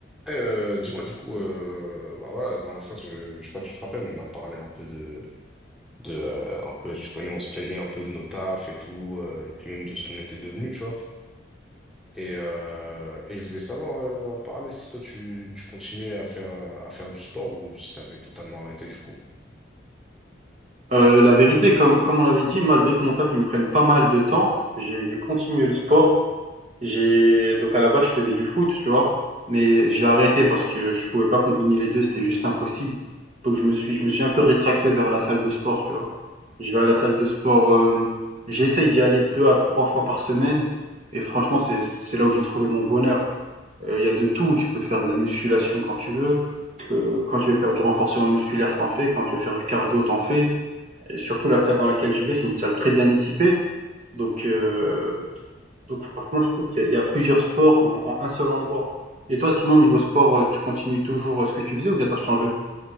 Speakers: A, in the centre; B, on the right.
A: Eh, euh, dis-moi du coup, euh, bah voilà, la dernière fois, je, je sais pas si tu te rappelles, on a parlé un peu de, de euh, un peu, tu connais, on se plaignait un peu de nos tafs et tout, euh, et puis même de ce qu'on était devenus, tu vois. Et, euh, et je voulais savoir euh, en parler si toi tu, tu continuais à faire à faire du sport ou si t'avais totalement arrêté du coup.
B: Heu, la vérité, comme comme on l'avait dit, malgré que mon taf, il me prenne pas mal de temps, j'ai j'ai continué le sport. J'ai donc à la base, je faisais du foot, tu vois? Mais j'ai arrêté parce que je pouvais pas combiner les 2, c'était juste impossible. Donc je me suis je me suis un peu rétracté vers la salle de sport, tu vois? Je vais à la salle de sport, hem, j'essaye d'y aller 2 à 3 fois par semaine et franchement, c'est c'est là où j'ai trouvé mon bonheur. Heu, il y a de tout, tu peux faire de la musculation quand tu veux, heu, quand tu veux faire du renforcement musculaire, t'en fais, quand tu veux faire du cardio, t'en fais. Et surtout, la salle dans laquelle je vais, c'est une salle très bien équipée. Donc, euh, donc franchement, je trouve qu'il y, a- il y a plusieurs sports en, en un seul endroit. Et toi, sinon, niveau sport, euh, tu continues toujours euh, ce que tu faisais ou bien t'as changé?